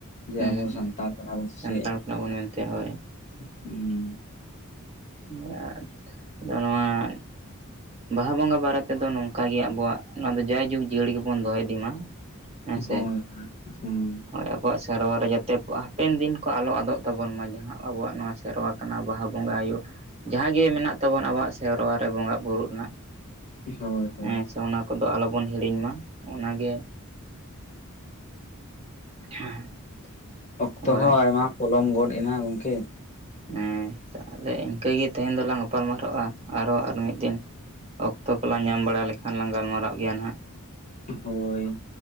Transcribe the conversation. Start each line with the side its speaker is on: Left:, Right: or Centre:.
Left: ᱡᱮ
Right: ᱦᱮᱸ
Left: ᱟᱵᱚ
Right: ᱦᱮᱸ
Left: ᱥᱟᱱᱛᱟᱲ ᱠᱟᱱᱟ ᱵᱚᱱ ᱥᱮ
Right: ᱥᱟᱱᱛᱟᱲ
Left: ᱪᱮᱫ
Right: ᱠᱟᱱᱟ ᱵᱚᱱ ᱢᱮᱱᱛᱮ ᱦᱳᱭ
Left: ᱦᱩᱸ
Right: <unintelligible> ᱟᱫᱚ ᱱᱚᱣᱟ ᱵᱟᱦᱟ ᱵᱚᱸᱜᱟ ᱵᱟᱨᱮ ᱛᱮᱫᱚ ᱱᱚᱝᱠᱟᱜᱮ ᱟᱵᱚᱣᱟᱜ ᱱᱚᱣᱟ ᱫᱚ ᱡᱟᱭᱡᱩᱜᱽ ᱡᱤᱭᱟᱹᱲ ᱜᱮᱵᱚᱱ ᱫᱚᱦᱚ ᱤᱫᱤ ᱢᱟ ᱦᱮᱸ ᱥᱮ
Left: ᱦᱳᱭ
Right: <unintelligible>
Left: ᱦᱳᱭ
Right: ᱟᱵᱚᱣᱟᱜ ᱥᱮᱨᱣᱟ ᱨᱮ ᱡᱟᱛᱮ ᱦᱟᱯᱮᱱ ᱫᱤᱱ ᱠᱚ ᱟᱞᱚ ᱟᱫᱚᱜ ᱛᱟᱵᱚᱱ ᱢᱟ ᱡᱟᱦᱟᱸ ᱟᱵᱚᱣᱟᱜ ᱱᱚᱣᱟ ᱥᱮᱨᱣᱟ ᱠᱟᱱᱟ ᱵᱟᱦᱟ ᱵᱚᱸᱜᱟ ᱦᱩᱭᱩᱜ ᱡᱟᱦᱟᱸ ᱜᱮ ᱢᱮᱱᱟᱜ ᱛᱟᱵᱚᱱ ᱟᱵᱚᱣᱟᱜ ᱥᱮᱨᱣᱟ ᱨᱮ ᱵᱚᱸᱜᱟ ᱵᱩᱨᱩᱜ ᱨᱮᱱᱟᱜ
Left: ᱦᱳᱭ ᱦᱳᱭ ᱦᱳᱭ
Right: ᱦᱮᱸ ᱥᱮ ᱚᱱᱟ ᱠᱚᱫᱚ ᱟᱞᱚ ᱵᱚᱱ ᱦᱤᱲᱤᱧ ᱢᱟ ᱚᱱᱟᱜᱮ <unintelligible>
Left: ᱚᱠᱛᱚ
Right: ᱦᱳᱭ
Left: ᱦᱚᱸ ᱟᱭᱢᱟ ᱯᱚᱞᱚᱢ ᱜᱚᱫ ᱮᱱᱟ ᱜᱚᱝᱠᱮ ᱾
Right: ᱦᱮᱸ ᱛᱟᱦᱞᱮ ᱤᱱᱠᱟᱹᱜᱮ ᱛᱮᱦᱮᱧ ᱫᱚ ᱞᱟᱝ ᱜᱟᱯᱟᱞᱢᱟᱨᱟᱜᱼᱟ ᱟᱨᱦᱚᱸ ᱟᱨ ᱢᱤᱫ ᱫᱤᱱ ᱚᱠᱛᱚ ᱠᱚ ᱞᱟᱝ ᱧᱟᱢ ᱵᱟᱲᱟ ᱞᱮᱠᱷᱟᱱ ᱞᱟᱝ ᱜᱟᱞᱢᱟᱨᱟᱜ ᱜᱮᱭᱟ ᱦᱟᱜ
Left: ᱦᱳᱭ